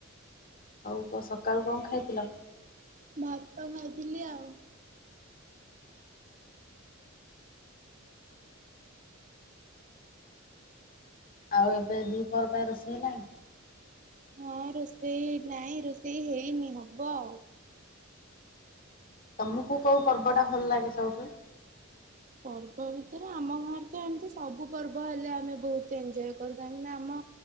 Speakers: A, on the left; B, on the right.
A: ଆଉ କ ସକାଳୁ କଣ ଖାଇଥିଲ?
B: ଭାତ ଖାଇଥିଲି ଆଉ।
A: ଆଉ ଏବେ ଦି ପହର ପାଇଁ ରୋଷେଇ ହେଲାଣି?
B: ହଁ ରୋଷେଇ ନାଇଁ ରୋଷେଇ ହେଇନି ହବ ଆଉ।
A: ତମକୁ କୋଉ ପର୍ବ ଟା ଭଲ ଲାଗେ ସବୁଠୁ?
B: ପର୍ବ ଭିତରେ ଆମ ଗାଁରେ ତ ଏମିତି ସବୁ ପର୍ବ ହେଲେ ଆମେ ବହୁତ ଏନଜୟ କରୁ। କାହିଁକିନା ଆମ